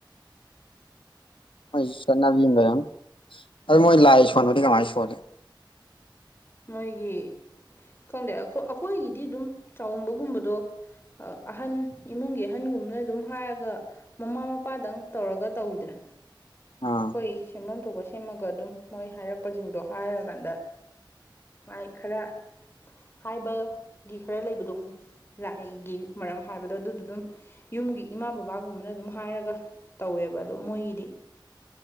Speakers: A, on the left; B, on the left.
A: ꯃꯣꯏ ꯆꯕꯤ ꯑꯃꯥ ꯂꯥꯏꯔꯝꯅꯤ ꯑꯗꯣ ꯅꯣꯏ ꯂꯥꯏ ꯁꯣꯟꯕꯗꯤ ꯀꯑꯃꯥꯏ ꯁꯣꯜꯂꯤ꯫
B: ꯃꯣꯏꯒꯤ ꯈꯪꯗꯦ ꯑꯩꯈꯣꯏꯒꯤꯗꯤ ꯑꯗꯨꯝ ꯆꯥꯎꯕꯒꯨꯝꯕꯗꯣ꯫ ꯑꯍꯟ ꯏꯃꯨꯡꯒꯤ ꯑꯍꯟꯒꯨꯝꯕꯅ ꯑꯗꯨꯝ ꯍꯥꯏꯔꯒ ꯃꯃꯥ ꯃꯄꯥꯗꯪ ꯇꯧꯔꯒ ꯇꯧꯋꯤꯗꯅ
A: ꯑ
B: ꯑꯩꯈꯣꯏ ꯁꯦꯝꯐꯝ ꯊꯣꯛꯄ ꯁꯦꯝꯃꯒ ꯑꯗꯨꯝ ꯃꯣꯏ ꯍꯥꯏꯔꯛꯄꯁꯤꯡꯗꯣ ꯍꯥꯏꯔꯀꯥꯟꯗ ꯃꯥꯏ ꯈꯔ ꯍꯥꯏꯕꯒꯤ ꯈꯔ ꯂꯩꯕꯗꯣꯣ ꯂꯥꯏꯒꯤ ꯃꯔꯝ ꯍꯥꯏꯕꯗꯣ ꯑꯗꯨꯗ ꯑꯗꯨꯝ꯫ ꯌꯨꯝꯒꯤ ꯏꯃꯥ ꯕꯕꯥꯒꯨꯝꯕꯅ ꯑꯗꯨꯝ ꯍꯥꯏꯔꯒ ꯇꯧꯋꯦꯕ ꯑꯗꯨꯣ ꯃꯣꯏꯒꯤꯗꯤ꯫